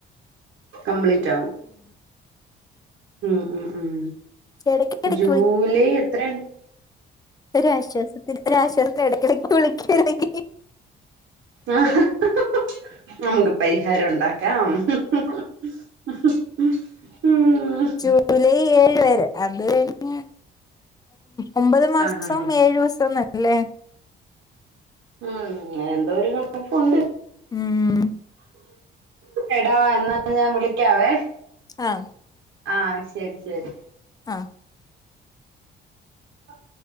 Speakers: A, on the right; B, on the left.
A: കംപ്ലീറ്റ് ആകും ഉം ഉം ഉം
B: പക്ഷെ ഇടയ്ക്ക് ഇടയ്ക്ക്
A: ജൂലൈ എത്രണ്ട്
B: ഒരാശ്വാസത്തിന് ഒരാശ്വാസത്തി ഇടക്കിടക്ക് വിളിക്കല്ലെങ്കി
A: ആഹാ ഹ് ഹ് നമുക്ക് പരിഹാരം ഉണ്ടാക്കാം ഹ് ഹ് ഹ് മ് ഹ്
B: ജൂലൈ ഏഴ് വരെ അത് കഴിഞ്ഞ് ഒമ്പത് മാസം
A: ആഹ് ആഹ് ആഹ്
B: ഏഴു ദോസവും ല്ലേ
A: ഉം അങ്ങനെ എന്തോ ഒരു കണക്കുണ്ട്
B: ഉം
A: എടാ എന്നാ ഞാൻ വിളിക്കാവേ
B: ആഹ്
A: ആഹ ശെരി ശെരി
B: ആഹ്
A: ആ <unintelligible>